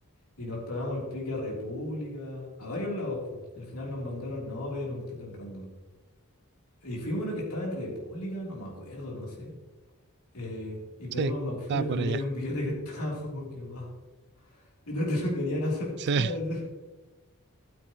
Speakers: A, on the left; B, on the right.
A: Y nos pegamos el pique a República, a varios lados, pues. Y al final nos mandaron, no, vayan a un tótem random. Y fuimos uno que estaba en República, no me acuerdo, no sé. eh, y pedimos
B: Sí,
A: McFlurry
B: estaba
A: y tú
B: por
A: tenías
B: allá.
A: ahí un billete que estaba <laughs> como quemado. Y no te lo querían aceptar
B: Sí.
A: así.